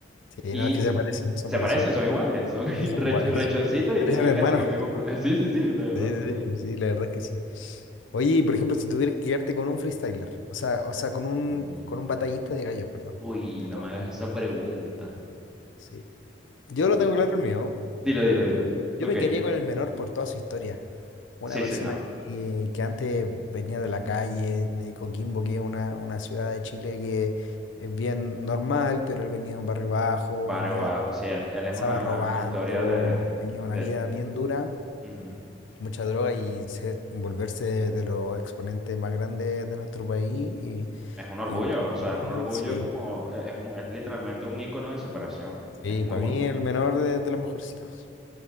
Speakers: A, on the left; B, in the centre.
A: Sí,
B: Y
A: no, es que se parecen, son
B: se
A: parecidos.
B: parecen, son iguales, son <laughs> rech-
A: Sí, son iguales.
B: rechoncitos
A: <laughs> son-
B: y
A: Parecen
B: tienen
A: hermanos.
B: casi que el mismo flow. <laughs> Sí, sí, sí, de verdad.
A: Sí, sí, sí, la verdad es que sí. Oye, y por ejemplo, si tuvieras que quedarte con un freestyler, o sea, o sea, con un,
B: Uy.
A: con un batallista de gallos, perdón,
B: Uy,
A: de
B: no
A: todo
B: me
A: el
B: hagas esa
A: mundo.
B: pregunta.
A: Sí. Yo
B: Uy.
A: lo tengo claro el mío.
B: Dilo, dilo, dilo.
A: Yo
B: Ok.
A: me quería con el menor por toda su historia. Una
B: Sí,
A: persona
B: sí, no.
A: que, que antes venía de la calle, de Coquimbo, que es una, una ciudad de Chile que es bien normal, pero él venía de un barrio bajo,
B: Barrio
A: venía,
B: Bajo. Sí, él, él
A: pasaba
B: es una
A: robando,
B: historia de,
A: tenía una
B: de...
A: vida bien dura,
B: mm,
A: mucha droga y se- volverse de, de los exponentes más grandes de nuestro país. Y,
B: Es un orgullo,
A: y compartirlo
B: o sea, es
A: con
B: un
A: él,
B: orgullo
A: <laughs> sí,
B: como... e- Es, un- es literalmente un ícono de superación.
A: sí,
B: Es muy
A: para
B: bueno.
A: mí el menor de, de los mejorcitos.